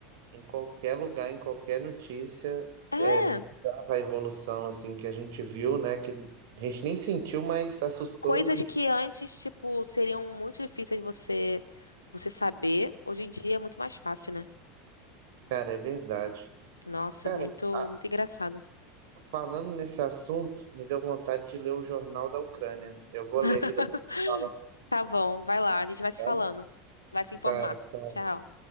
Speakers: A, on the right (about 60°); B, on the left (about 80°).
A: Em qualquer lugar, em qualquer notícia,
B: É,
A: é bizarra a evolução assim que a gente viu, né? Que a gente nem sentiu, mas assustou
B: coisas
A: e,
B: que antes, tipo, seriam muito difíceis você, você saber, hoje em dia é muito mais fácil, né?
A: cara, é verdade.
B: Nossa,
A: Cara,
B: muito,
A: a-
B: muito engraçado.
A: falando nesse assunto, me deu vontade de ler o Jornal da Ucrânia. Eu vou
B: <laughs>
A: ler aqui depois. que Fala,
B: Tá bom, vai lá, a gente vai se
A: tá?
B: falando. Vai se informar.
A: Tá, tchau,
B: Tchau.